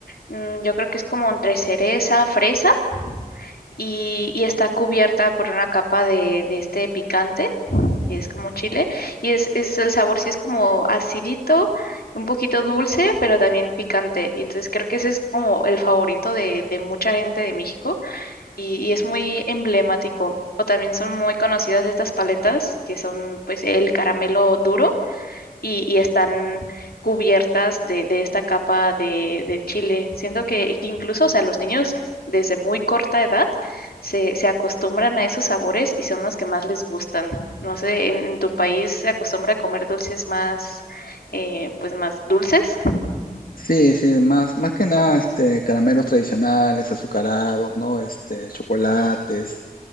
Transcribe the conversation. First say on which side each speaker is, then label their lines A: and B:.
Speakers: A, on the left (about 85°); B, on the left (about 70°).
A: mm, yo creo que es como entre cereza, fresa y, y está cubierta por una capa de, de este picante, es como chile y es, es el sabor sí es como acidito, un poquito dulce, pero también picante. Y Entonces creo que ese es como el favorito de, de mucha gente de México y, y es muy emblemático. O también son muy conocidas estas paletas que son pues el caramelo duro y, y están cubiertas de, de esta capa de, de chile. Siento que, que incluso, o sea, los niños desde muy corta edad se, se acostumbran a esos sabores y son los que más les gustan. No sé, ¿en, en tu país se acostumbra a comer dulces más, eh, pues más dulces?
B: Sí, sí, más, más que nada, este, caramelos tradicionales, azucarados, ¿no? Este, chocolates.